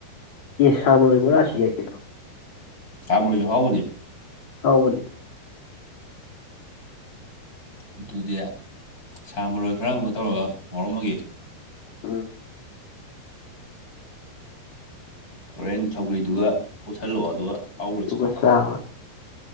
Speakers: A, on the left; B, on the left.
A: ꯑꯦ ꯁꯕꯅ ꯑꯣꯏꯕꯥꯁꯤ ꯌꯥꯏ ꯀꯗꯣ
B: ꯁꯝꯃ ꯍꯒꯅꯤ
A: ꯍꯥꯎꯒꯅꯦ
B: ꯑꯗꯨꯗꯤ ꯁꯥ ꯃꯔꯣꯏ ꯈꯔ ꯑꯃꯨꯛ ꯇꯧꯔꯒ ꯉꯥꯎꯔꯝꯃꯒꯦ
A: ꯑꯝ
B: ꯍꯣꯔꯦꯟ ꯁꯧꯒ꯭ꯔꯤꯗꯨꯒ ꯄꯨꯁꯤꯜꯂꯛꯑꯣ ꯑꯗꯨꯒ ꯍꯥꯎꯈ꯭ꯔꯁꯤ
A: ꯑꯗꯨꯒ ꯆꯥꯕ